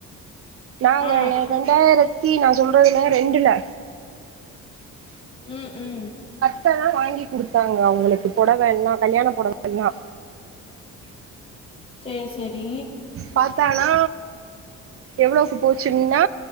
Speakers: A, on the right; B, on the left.
A: நாங்க
B: ஆ
A: ரெண்டாயிரத்த தி நான் சொல்றதுல்ல ரெண்டுல
B: ம் ம்
A: இப்பதா வாங்கி குடுத்தாங்க அவுங்களுக்கு பொடவ எல்லாம் கல்யாண பொடவ எல்லாம்
B: செரி செரி
A: பாத்தானா எவ்ளோவுக்கு போச்சின்னா